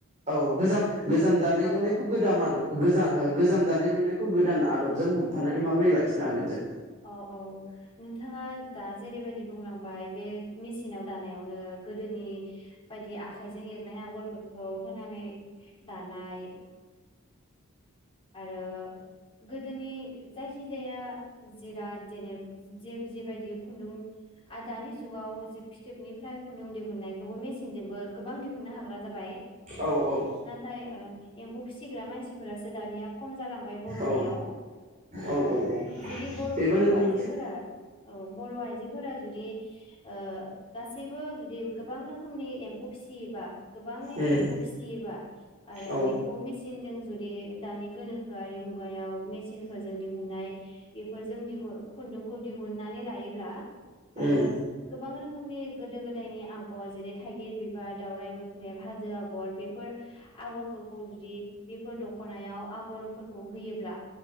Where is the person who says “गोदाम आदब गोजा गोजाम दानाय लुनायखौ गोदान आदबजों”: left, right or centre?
Right